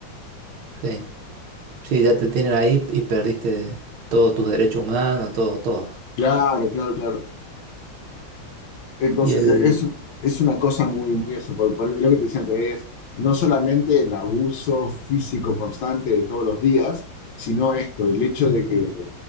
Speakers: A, on the right; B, on the left.
A: Sí, sí, ya te tienen ahí y perdiste todos tus derechos humanos, todo, todo.
B: Claro, claro, claro. Entonces,
A: Y el...
B: e- es, es una cosa muy, muy eso. Por, por lo que te decía antes, es no solamente el abuso físico constante de todos los días, sino esto, el hecho de que